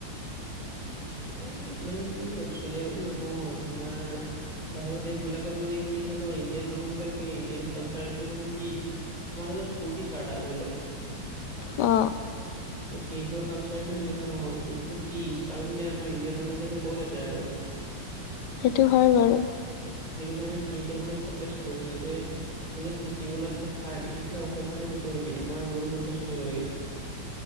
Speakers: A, on the right (about 20°); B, on the left (about 70°).
A: এ মানে কি অষ্ট্ৰেলিয়া বুলি নহয় তোমাৰ বাহিৰৰ দেশবিলাকত মানে কি ধৰি লোৱা ইণ্ডিয়ান মানুহবিলাক গৈ ইণ্ডিয়ান কালচাৰটো মানে কি আমাৰ অলপ ফূৰ্তি ফাৰ্তা ধৰি ল‌ওক
B: অ।
A: ত' সিহটোৰ কালচাৰটো যেনেকা নহয় সিহটো পিচ আৰু সিহতে আমাৰ ইণ্ডিয়ান মানুহবিলাকে বৰ লেতেৰা কৰে।
B: সেইটো হয় বাৰু।
A: সেইটো কাৰণে সিহতে মানে প্ৰটেষ্ট কৰিছে যে যুনে থাকিবলৈ আছে থাক এইবিলাক অসভ্যালি নকৰিবি, আমাৰ ৰোল মতে চলিব লাগিব?